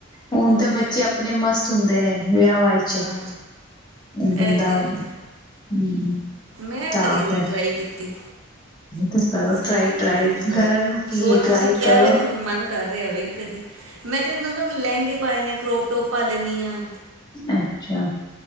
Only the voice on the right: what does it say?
ਉਹ
ਹੈ।
ਹਾਂ
ਇਹ ਤੇ
ਹੈ ਮੈਂ
ਕਦੀ ਨਹੀਂ
ਟਰਾਈ ਕੀਤੀ
ਸਾੜੀ
ਮੈਂ
ਨੀ ਪਾਈ
ਸੋ
ਤੁਸੀਂ ਕਿਹਾ
ਵੇ ਤੇ ਹੁਣ ਮਨ ਕਰ ਰਿਹਾ ਕਦੀ ਮੈਂ ਤਾਂ ਮਤਲਬ ਲਹਿੰਗੇ ਪਾਏ ਨੇ ਕਰੋਪ ਟੋਪ ਪਾ ਲੈਂਦੀ ਆਂ।